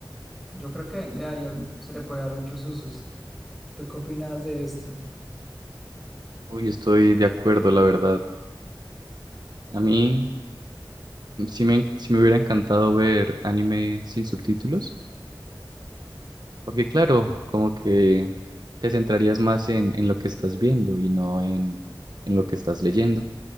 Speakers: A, in the centre; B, on the right (about 55°).
A: Yo creo que le haría, se le puede dar muchos usos. ¿Tú qué opinas de esto?
B: Uy, estoy de acuerdo, la verdad. A mí sí me, sí me hubiera encantado ver anime sin subtítulos, porque claro, como que te centrarías más en, en lo que estás viendo y no en, en lo que estás leyendo.